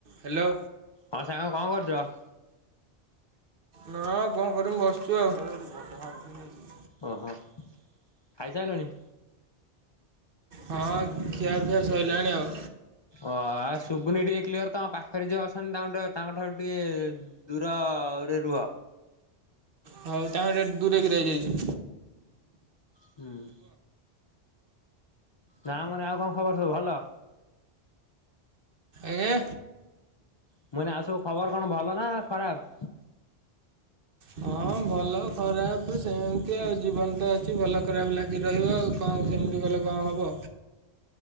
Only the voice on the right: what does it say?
Hello
ନ କଣ କରିମୁ ବସିଛୁ ଆଉ।
ହଁ ଖିଆ ପିଆ ସଇଲାଣି ଆଉ।
ହଉ ତାଙ୍କ ଦୂରେଇକି ରହିଯାଇଛି।
ଏ ଗେ
ହଁ, ଭଲ ଖରାପ୍ ସେମିତି ଆଉ, ଜୀବନ ତ ଅଛି ଭଲ ଖରାପ୍ ଲାଗି ରହିବ ଆଉ। କଣ ସେମିତି କଲେ କଣ ହବ?